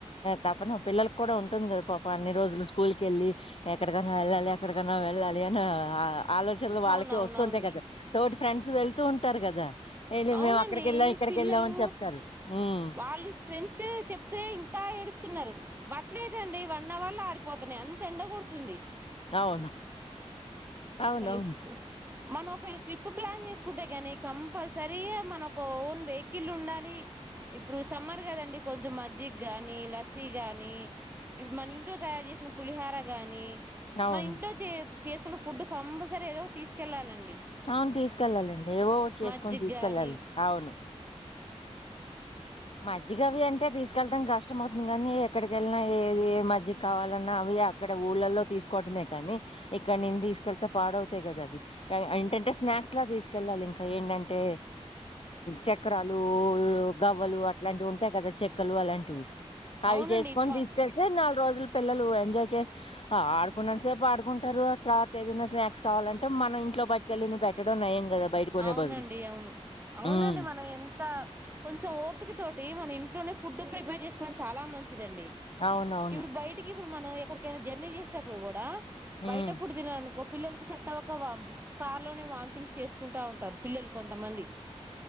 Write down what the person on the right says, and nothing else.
అవునవునవునండి
అవునండి
పిల్లలు
వాళ్ళు ఫ్రెండ్స్ చెప్తే ఇంకా ఏడుస్త స్తున్నారు బట్టలేదండి వన్ అవర్ లో ఆరిపోతున్నాయి అంత ఎండకడుతుంది
అసలు మనం ఒకవేళ ట్రిప్ ప్లాన్ చేసుకుంటే గాని కంపల్సరీగా మన ఒక ఓన్ వెహికిల్ ఉండాలి ఇప్పుడు సమ్మర్ కదండి కొంచెం మజ్జిగ గాని లస్సీ గాని ఇప్పుడు మన ఇంట్లో తయారు చేసిన పులిహార గాని
మన ఇంట్లో చే చేసుకున్న ఫుడ్ కంపల్సరీ ఏదో తీసుకెళ్లాలండి
మజ్జిగ
గాని
అవునండి
ఇప్ప
అవునండి
అవును అవునండి
మనం ఎంత కొంచం కొంచెం ఓపిక తోటి మన ఇంట్లోనే ఫుడ్ ప్రిపేర్ చేసుకోవడం చాలా మంచి దండి
ఇప్పుడు బయటికి ఇప్పుడు మనం ఎక్కడికైనా జర్నీ చేసేటప్పుడు కూడా బయట
ఫుడ్ దిన అనుకో పిల్లలకి సెట్టవక వాం కార్ లోనే వామ్తింగ్ చేస్ కుంటా ఉంటారు పిల్లలు కొంతమంది